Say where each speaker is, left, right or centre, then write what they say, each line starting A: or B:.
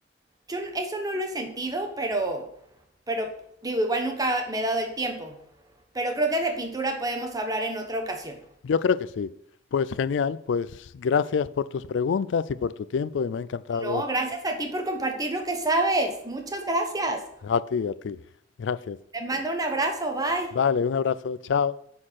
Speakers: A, on the right; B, on the left.
A: Yo eso no lo he sentido, pero, pero digo, igual nunca me he dado el tiempo, pero creo que de pintura podemos hablar en otra ocasión.
B: Yo creo que sí. Pues genial, pues gracias por tus preguntas y por tu tiempo y me ha encantado
A: No, gracias a ti por compartir lo que sabes. Muchas gracias.
B: a ti, a ti. Gracias.
A: Te mando un abrazo, bye.
B: Vale, un abrazo, chao.